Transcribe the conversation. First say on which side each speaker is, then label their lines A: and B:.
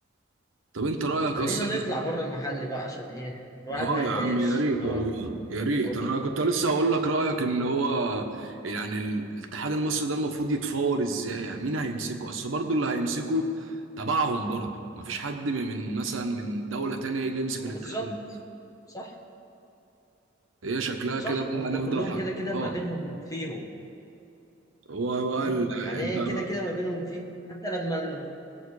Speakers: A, on the right (about 80°); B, on the left (about 20°).
A: طب انت رايك
B: خلينا
A: اصلا
B: نطلع بره المحل بقى عشان ايه الواحد
A: اه
B: ما
A: يا
B: يتضايقش
A: عم يا ريت
B: اه
A: والله يا ريت
B: قول.
A: انا كنت لسه هقول لك رايك ان هو يعني ال- الاتحاد المصري ده المفروض يتفور ازاي يعني مين هيمسكه اصل برضه اللي هيمسكه تبعهم برضه مفيش حد من من مثلا من دوله تانية يجي يمسك
B: ما هو
A: الاتحاد
B: بالظبط
A: المصري
B: صح
A: هي شكلها
B: صح
A: كده بقى
B: هم
A: هنفضل
B: كلهم
A: حق
B: كده كده
A: اه
B: ما بينهم فيهم
A: هو بقى
B: مم.
A: ال-
B: يعني
A: انت
B: ايه
A: بقى
B: كده كده ما بينهم فيهم حتى لما ال...